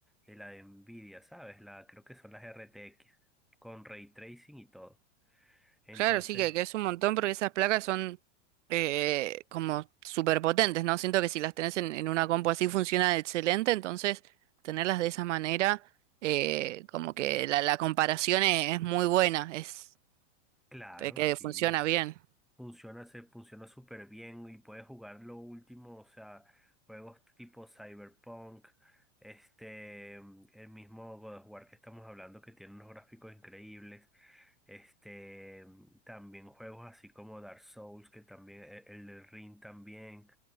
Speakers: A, in the centre; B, on the right.
A: de la de Nvidia, ¿sabes? La, creo que son las RTX, con ray tracing y todo. Entonces,
B: Claro, sí que, que es un montón porque esas placas son eh, como súper potentes, ¿no? Siento que si las tenés en, en una compu así funciona excelente, entonces tenerlas de esa manera, eh, como que la, la comparación es, es muy buena, es
A: claro,
B: es que
A: sí.
B: funciona bien.
A: Funciona, se funciona súper bien y puedes jugar lo último, o sea, juegos tipo Cyberpunk, este, el mismo God of War que estamos hablando que tiene unos gráficos increíbles, este, también juegos así como Dark Souls, que también, el, el del Ring también.